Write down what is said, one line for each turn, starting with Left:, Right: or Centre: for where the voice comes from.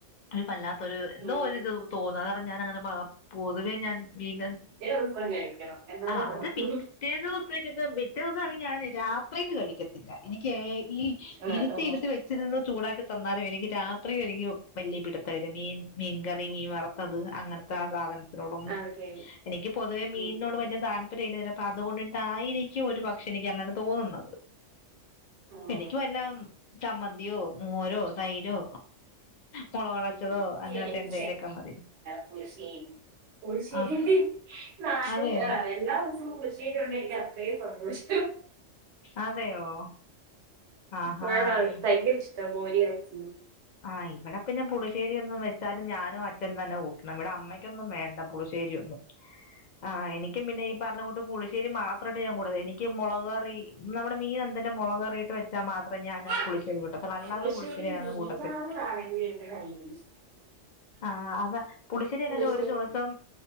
Left: അഹ് വല്ലാ ത്തൊരു എന്തോ
Right: ഉം.
Left: ഒരുത് തോന്നാ ആഹ് ആര്നം ഞാന അങ്ങനെ മ പൊതുവേ ഞാൻ മീൻ കറി.
Right: ഏൾപ്പം കഴിക്കണം എന്നാലേ
Left: ആഹ്
Right: കൊള്ളൂ
Left: അത് പിറ്റേ ദൂ <unintelligible> ബിറ്റുസ് ഞൻ രാത്രില് കഴിക്കത്തില്ല എനിക്കെ ഈ
Right: ആ
Left: ഇരുത്തി
Right: ആ
Left: ഇരുത്ത് വെ ച്ന്ന് ചൂടാക്കി തന്നാലും എനിക്ക് രാത്രിയും എനിക്ക് വല്യ പിട്ത്തവില്ല മീൻ മീൻ കറി മീൻ വറത്തത് അങ്ങനെ <unintelligible> ത്ത്നോടൊന്നും
Right: അത് ശരി
Left: എനിക്ക് പൊതുവെ മീൻനോട്
Right: ഉം.
Left: വല്യ താല്പര്യല്ല ചെലപ്പോ അത്കൊണ്ട് ട്ടായിരിക്കും ഒരു പക് പക്ഷെ എനിക്കങ്ങനെ തോന്നുന്നത്
Right: ആ
Left: എനിക്ക് വല്ലം ചമ്മന്തിയോ മോരോ തൈരോ മുളകരച്ചതോ
Right: എനിക്ക്
Left: അങ്ങനത്തെ
Right: എന്റെ
Left: എന്തേലൊക്കെ മതി
Right: പുളിശ്ശേരി പുളിശ്ശേരിന്റെ
Left: ആഹ്
Right: <unintelligible>
Left: അതെയോ
Right: എല്ലാ ദിവസവും പുളിശ്ശേരി കിട്ടിടുണ്ടെങ്കി അത്രേം സന്തോഷ്ടം
Left: അതെയോ ആഹാ
Right: ഞാനാള് ഭയങ്കര ഇഷ്ട്ടാ മോര് കാച്യേ
Left: ആഹ് ഇവിടെ പിന്നെ പുളിശ്ശേരി ഒന്നും വെച്ചാലും ഞാനും അച്ഛൻ തെന്നെ ഊട്ടണം ഇവിടെ അമ്മയ് നിക്കൊന്നും വേണ്ട പുളിശ്ശേരി ഒന്നും ആഹ് എനിക്കും പിന്ന ഈ പറഞ്ഞ കൂട്ട് പുളി്ശേരി മാത്രമേ മുട എനിക്ക് മുളക് കറി നമ്മടെ മീൻ എന്തനെ മുളകയറിയി്ട്ട് വെച്ചാ മാത്രേ ഞാനാ
Right: ആ
Left: പുളിശേരി കൂട്ടത്തൊള്ളു അല്ലാത
Right: പുളിശ്ശേരി
Left: പുളി്ശേരി ഞാന് കൂട്ട
Right: <unintelligible>
Left: ആഹ് അതാ പുളിശ്ശേരിതെന്നെ
Right: പുളിശ്ശേരി
Left: ഒരു ദിവസം